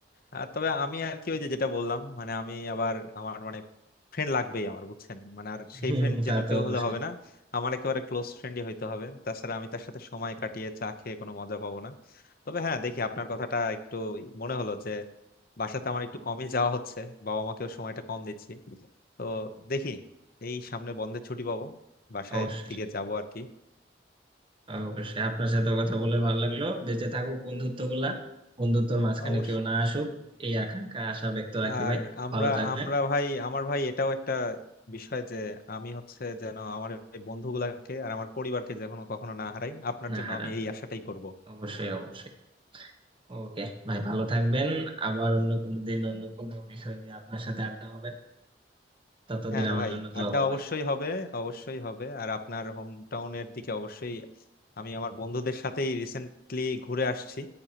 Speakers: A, on the left; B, on the right.
A: আর তবে আমি আর কি ওই যে যেটা বললাম মানে আমি আবার আমার মানে ফ্রেন্ড লাগবেই আমার বুঝছেন মানে আর সেই
B: হুম,
A: ফ্রেন্ড
B: তা
A: যেন
B: তো
A: কেউ
B: অবশ্যই
A: হলে হবে না আমার একেবারে ক্লোজ ফ্রেন্ডই হইতে হবে তাছাড়া আমি তার সাথে সময় কাটিয়ে চা খেয়ে কোনো মজা পাবো না তবে হ্যাঁ দেখি আপনার কথাটা একটু মনে হলো যে বাসাতে আমার একটু কমই যাওয়া হচ্ছে বাবা মাকেও সময়টা কম দিচ্ছি তো দেখি এই সামনে বন্ধের ছুটি পাবো বাসায়
B: অবশ্যই
A: দিকে যাবো আর কি
B: অবশ্যই আপনার সাথে কথা বলে ভালো লাগলো বেঁচে থাকুক বন্ধুত্ব গুলা বন্ধুত্বর মাঝখানে
A: অবশ্যই
B: কেউ না আসুক এই আকাঙ্ক্ষা আশা ব্যক্ত রাখি
A: আর
B: ভাই
A: আমরা
B: ভালো থাকবেন
A: আমরা ভাই আমার ভাই এটাও একটা বিষয় যে আমি হচ্ছে যেন আমার এই বন্ধুগুলাকে আর আমার পরিবারকে যখন কখনো না হারাই আপনার
B: না
A: জন্য
B: হারান
A: আমি এই আশাটাই করব
B: অবশ্যই অবশ্যই ওকে ভাই ভালো থাকবেন আবার অন্য কোনো দিন অন্য কোনো বিষয় নিয়ে আপনার সাথে আড্ডা হবে ততদিন
A: হ্যাঁ
B: আমার
A: ভাই
B: জন্য দোয়া
A: আড্ডা
B: করবেন
A: অবশ্যই হবে অবশ্যই হবে আর আপনার হোম টাউনের দিকে অবশ্যই আমি আমার বন্ধুদের সাথেই রিসেন্টলি ঘুরে আসছি